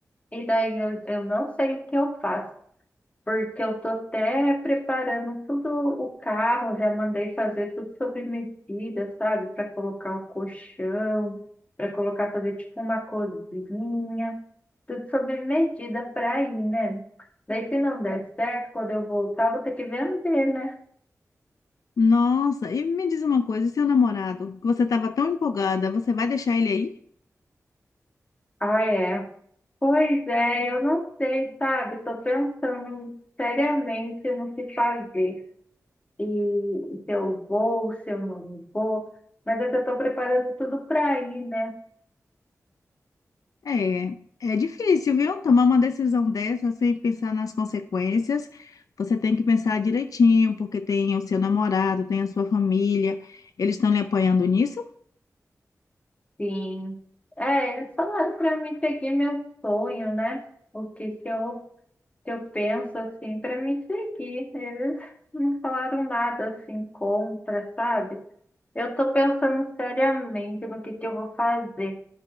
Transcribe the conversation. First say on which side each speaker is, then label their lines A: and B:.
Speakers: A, on the left (about 25°); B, on the left (about 80°).
A: e daí eu, eu não sei o que eu faço. Porque eu tô até preparando tudo o carro, já mandei fazer tudo sobre medida, sabe? Para colocar o colchão, para colocar fazer tipo uma cozinha, tudo sobre medida para ir, né? Daí se não der certo, quando eu voltar, vou ter que vender, né?
B: Nossa, e me diz uma coisa, e seu namorado, que você estava tão empolgada, você vai deixar ele aí?
A: Ah, é. Pois é, eu não sei, sabe? Tô pensando seriamente no que fazer. E se eu vou, se eu não vou. Mas eu já tô preparando tudo para ir, né?
B: É, é difícil, viu? Tomar uma decisão dessa sem pensar nas consequências. Você tem que pensar direitinho, porque tem o seu namorado, tem a sua família. Eles estão lhe apoiando nisso?
A: Sim. É, eles falaram para mim seguir meu sonho, né? O que que eu, que eu penso, assim, para me seguir. Eles não falaram nada, assim, contra, sabe? Eu tô pensando seriamente no que que eu vou fazer.